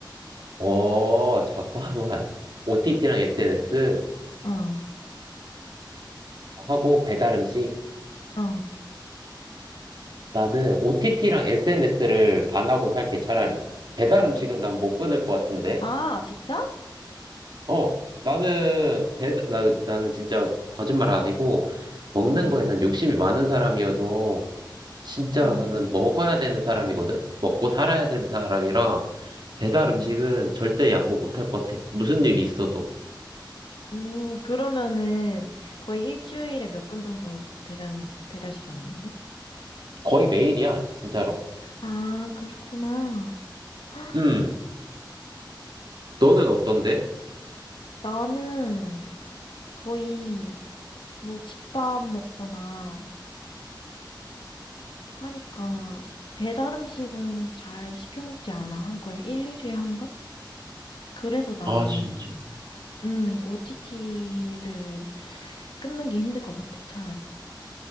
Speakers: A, on the right; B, on the left.
A: 어, 잠깐만. <laughs> OTT랑 SNS
B: 어, 어.
A: 하고 배달 음식.
B: 어.
A: 나는 OTT랑 SNS를 안 하고 살게 차라리. 배달 음식은 난 못 끊을 것 같은데.
B: 아, 진짜?
A: 어, 나는 배 나, 나는 진짜 거짓말 아니고 먹는
B: 어,
A: 거에 난 욕심이 많은 사람이어서 진짜
B: 어.
A: 나는 먹어야 되는 사람이거든. 먹고 살아야 되는 사람이라 배달
B: 음.
A: 음식은 절대 양보 못 할 것 같아. 무슨 일이 있어도.
B: 음, 그러면은 거의 일주일에 몇 번 정도 배달, 배달시켜 먹는데?
A: 거의 매일이야, 진짜로.
B: 아, 그렇구나. 헉,
A: 음, 너는 어떤데?
B: 나는 거의 뭐 집밥 먹거나 하니까 배달 음식은 잘 시켜 먹지 않아. 한 걸 1, 2주에 한 번? 그래서 나는,
A: 아, 진짜.
B: 음, OTT를 끊는 게 힘들 것 같아, 차라리.